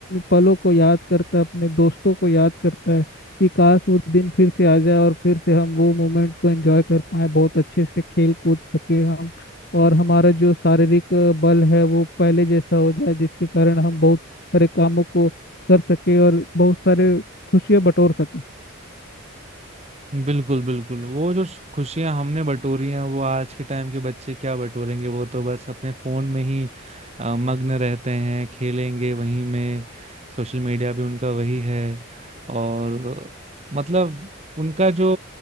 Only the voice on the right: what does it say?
बिल्कुल बिल्कुल वो जो खुशियां हमने बटोरी हैं वो आज के टाइम के बच्चे क्या बटोरेंगे वो तो बस अपने फोन में ही अ, मग्न रहते हैं खेलेंगे वहीं में सोशल मीडिया भी उनका वही है और अ, मतलब उनका जो